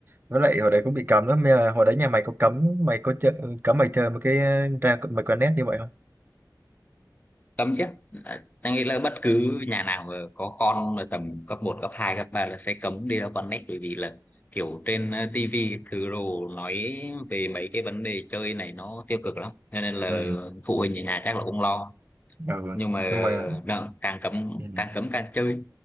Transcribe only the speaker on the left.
cấm chứ À, anh nghĩ là bất cứ nhà nào mà có con là tầm cấp một cấp 2 cấp 3 là sẽ cấm đi ra con net bởi vì là kiểu trên ờ, tivi thứ đồ nói về mấy cái vấn đề chơi này nó tiêu cực lắm cho nên là
phụ huynh ở nhà chắc là cũng lo
nhưng mà
nợ, càng cấm
càng cấm càng chơi